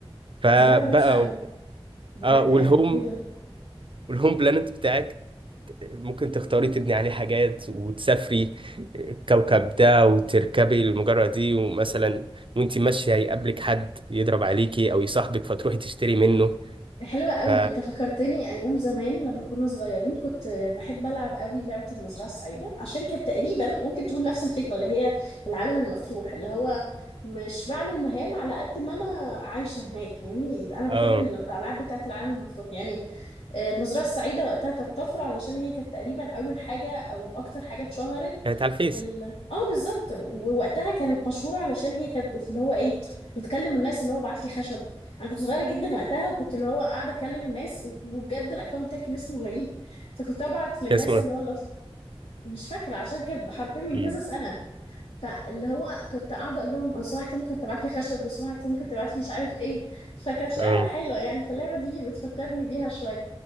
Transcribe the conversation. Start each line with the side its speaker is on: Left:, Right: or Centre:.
Right: فبقى
Left: دي لعبة روشة قوي
Right: و-
Left: بجد
Right: اه والهوم
Left: يعني ايه ده
Right: والهوم بلانت بتاعك ممكن تختاري تبني عليه حاجات وتسافري الكوكب ده وتركبي المجرة دي ومثلا وانت ماشية يقابلك حد يضرب عليكي او يصاحبك فتروحي تشتري منه
Left: حلوة قوي
Right: ف
Left: انت فكرتني ايام زمان لما كنا صغيرين كنت بحب العب قوي لعبة المزرعة السعيدة عشان كانت تقريبا ممكن تقول نفس الفكرة اللي هي العالم المفتوح اللي هو مش بعمل مهام على قد ما انا عايشة هناك فاهمني انا بحب
Right: اه
Left: الالعاب بتاعة العالم المفتوح يعني المزرعة السعيدة وقتها كانت طفرة علشان هي كانت تقريبا أول حاجة أو أكتر حاجة اتشهرت
Right: كانت على الفيس
Left: في ال اه بالظبط ووقتها كانت مشهورة علشان هي كانت بت- اللي هو ايه بتكلم الناس اللي هو بعت لي خشب أنا كنت صغيرة جدا وقتها وكنت اللي هو قاعدة أكلم الناس و- وبجد الأكونت بتاعي كان اسمه غريب فكنت أبعت للناس
Right: كان اسمه
Left: اللي
Right: إيه؟
Left: هو لو مش فاكرة عشان كانت حرفيا من
Right: مم.
Left: كذا سنة فاللي هو كنت قاعدة أقول لهم لو سمحت ممكن تبعت لي خشب لو سمحت ممكن تبعت لي مش عارف إيه فكانت لعبة
Right: اه
Left: حلوة يعني فاللعبة دي بتفكرني بيها شوية